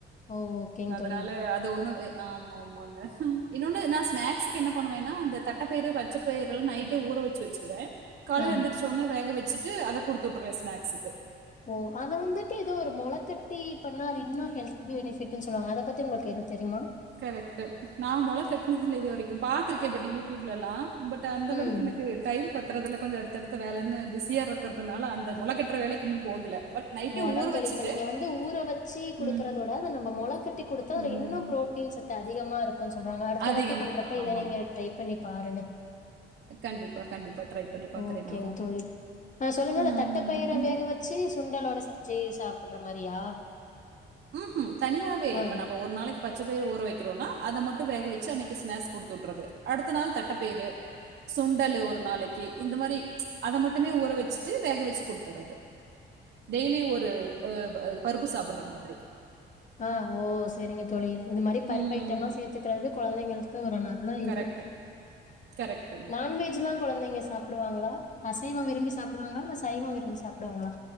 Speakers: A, on the left (about 40°); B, on the right (about 60°).
A: ஓ ஓகேங்
B: அதனால
A: தோழி.
B: அது ஒண்ணு அ ஆமா ஆமாங்க இன்னொன்னு நா ஸ்நாக்ஸ்க்கு என்ன பண்ணுவேன்னா இந்த தட்டப்பயிறு பச்சப் பயிறுலா நைட்டே ஊற வச்சு வச்சிருவே காலைல
A: ஆ
B: எந்திரச்சோன்னே வேக வச்சிட்டு அத குடுத்து உட்டுருவே ஸ்நாக்ஸ்சுக்கு
A: ஓ அத வந்துட்டு ஏதோ ஒரு மொளக்கட் டி பண்ணா அது இன்னு ஹெல்த் பெனிஃபிட்டுன்னு சொல்லுவாங்க அத பத்தி உங்களுக்கு ஏது தெரியுமா
B: கரெக்ட்டு நா மொள கட்னதில்ல இது வரைக்கு பாத்துருக்கே பட் யூடியூப்லல்லா பட் அந்த அளவுக்கு
A: ம்.
B: எனக்கு டைம் பத்தறதுல்ல கொஞ்சோ அடுத்த அடுத்த வேலைன்னு பிஸியா இருக்கறதுனால அந்த மொளக்கட்ற வேலைக்கு இன்னும் போகல பட் நைட்டே
A: ஓ அதா
B: ஊற
A: தோழி
B: வச்சுட்டு
A: இப்ப நீங்க வந்து ஊற வச்சு குடுக்கறதோட
B: ம்,
A: அத நம்ப மொள கட்டி கொடுத்தா அதுல
B: ம்.
A: இன்னு ப்ரோ ட்டீன் சத்து அதிகமா இருக்கு சொல்றாங்க அடுத்த
B: அதிகமா.
A: வாட்டி பண்றப்ப
B: ஆமா.
A: இத நீங்க ட்ரை பண்ணி பாருங்க
B: கண்டிப்பா, கண்டிப்பா. ட்ரை பண்ணி பாக்குறேன்
A: ஓகேங்
B: நானும்.
A: தோழி ஆ சொல்லுங்க அந்த
B: ஆம்.
A: தட்டப்பயிர
B: ம்.
A: வேகவச் சி சுண்டலோட செஞ்சு சாப்பட்ற மாரியா
B: ம்ஹும் தனியாவே இப்ப
A: ஆ.
B: நம்ப ஒரு நாளைக்கு பச்சப்பயிறு ஊற வெக்கறோனா அத மட்டு வேக வச்சி அன்னைக்கு ஸ்னாக்ஸ் குடுத்துவுட்றது அடுத்த நாள் தட்டப்பயிரு சுண்டல்லு ஒரு நாளைக்கு இந்த மாரி அத மட்டுமே ஊற வச்சுட்டு வேக வச்சு கொடுத்தர்றது டெய்லி ஒரு ஒ அ ப பருப்பு சாப்பிட்ற மாதிரி
A: அ ஓ சரிங்க தோழி இது மாரி பருப்பு
B: ம்
A: ஐட்டமா சேத்துக்கறது கொழந்தைங்களுக்கு ஒரு ந ல்ல
B: கரெக்ட்
A: இது
B: கரெக்ட்டுங்க
A: நான்வெஜ்லா கொழந்தைங்க சாப்ட்ருவாங்களா அசைவோ விரும்பி சாப்டுவாங்களா இல்ல சைவோ விரும்பி சாப்டுவாங்களா